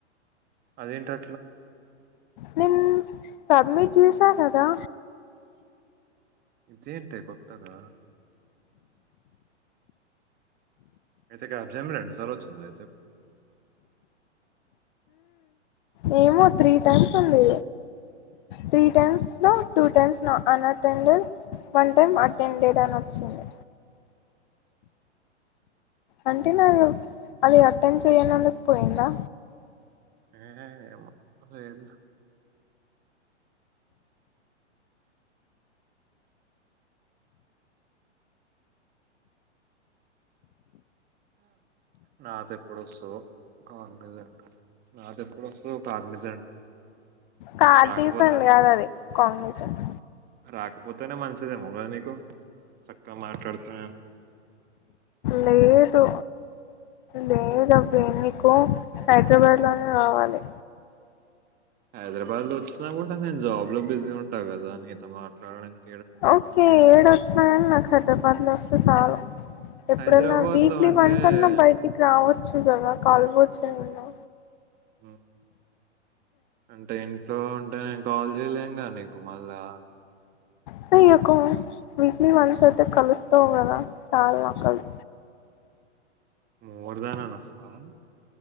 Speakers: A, on the right; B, on the left.
A: అదేంటి అట్లా
B: నేన్ సబ్మిట్ చేసా కదా
A: ఇ జేయన్ అంటే కొత్తగా అయితే క్యాప్జన్ రెండు సార్లు వచ్చిందా అయితే
B: ఉ ఏమో త్రీ టైమ్స్ ఉంది త్రీ టైమ్స్ లో two times unattended one time attended అని వచ్చింది. అంతే నాది అదే అటె చేయనందుకు పోయిందా
A: ఏమో లేదులే నాది ఎప్పుడు వస్తాదొ కార్నిజంట్ నాది ఎప్పుడు వస్తాదొ కార్నిజంట్
B: కార్తీసన్
A: రాకపోతెను
B: కాదు అది కాంగ్నిసెంట్
A: రాకపోతేనే మంచిదేమోగా కదా నీకు చక్కగా మాట్లాడతా
B: లేదు లేదు అబ్బి నీకు హైదరాబాద్లోనే రావాలి
A: హైదరాబాద్ లో వచ్చినా కూడా నేను జాబ్ లో బిజీ ఉంటా కదా మిగత ప్రా <unintelligible>
B: ఓకే ఏడు వచ్చిన కాని నాకుతే పర్లో <unintelligible> సాల ఎప్పుడన్నా
A: హైదరాబాద్‌లో
B: వీక్లీ
A: అంటే
B: వన్స్ అన్నా బయటికి రావచ్చు కదా కలవచ్ తెల్దా
A: హ్మ్ అంటే ఇంట్లో అంటే కాల్ <unintelligible>
B: సో ఎక్కు వీక్లీ వన్స్ అయితే కలుస్తావు కదా చాల్ నాకవి
A: మోరుదానాల వస్తావా